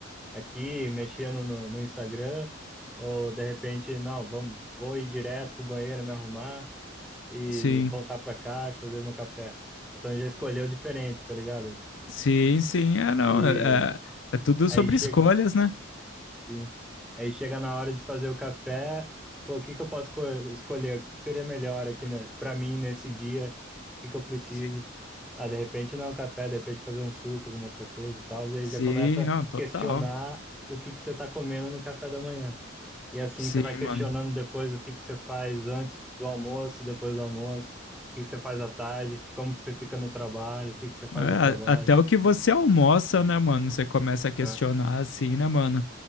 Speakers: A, in the centre; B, on the left.
A: aqui mexendo no, no Instagram? Ou, de repente, não, vamos, vou ir direto pro banheiro, me arrumar e
B: Sim,
A: voltar para cá e fazer meu café. Então já escolheu diferente, tá ligado?
B: sim, sim. É, não,
A: E
B: é, é é tudo
A: aí
B: sobre
A: chega,
B: escolhas, né?
A: sim. Aí chega na hora de fazer o café, pô, o que que eu posso esco- escolher? O que que seria melhor aqui, né, para mim nesse dia? O que que eu preciso?
B: Sim.
A: Ah, de repente não é um café, de repente fazer um suco, alguma outra coisa e tal, e aí
B: Sim,
A: já começa
B: não,
A: a
B: total.
A: questionar o que que você está comendo no café da manhã. E assim
B: Sim,
A: você vai questionando
B: mano.
A: depois o que que você faz antes do almoço, depois do almoço, o que que você faz à tarde, como que você fica no trabalho, o que que você faz
B: É,
A: no trabalho,
B: a- até o que você almoça, né, mano? Você começa a questionar
A: né?
B: assim, né, mano?